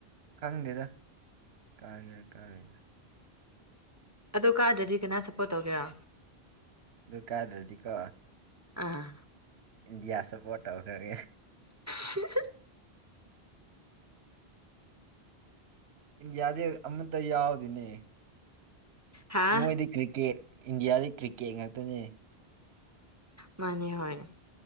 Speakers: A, on the right (about 80°); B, on the right (about 20°).
A: ꯈꯪꯗꯦꯗ ꯀꯥꯒꯦꯔꯥ ꯀꯥꯔꯣꯏꯗ꯭ꯔꯥ
B: ꯑꯗꯨ ꯀꯥꯗ꯭ꯔꯗꯤ ꯀꯅꯥ ꯁꯞꯄꯣꯔꯠ ꯇꯧꯒꯦꯔꯥ
A: ꯑꯗꯨꯗꯨ ꯀꯥꯗ꯭ꯔꯗꯤ ꯀꯣ
B: ꯑꯥ
A: ꯏꯟꯗꯤꯌꯥ ꯁꯄꯣꯔꯠ ꯇꯧꯈ꯭ꯔꯒꯦ
B: ꯍꯍ
A: ꯏꯟꯗꯌꯥꯗꯦ ꯑꯃꯇ ꯌꯥꯎꯔꯤꯅꯦ
B: ꯍꯥ
A: ꯃꯣꯏꯗꯤ ꯀ꯭ꯔꯤꯀꯦꯠ ꯏꯟꯗꯤꯌꯥꯗ ꯀ꯭ꯔꯤꯛꯀꯦꯠ ꯉꯥꯛꯇꯅꯤ
B: ꯃꯥꯟꯅꯤ ꯍꯣꯢ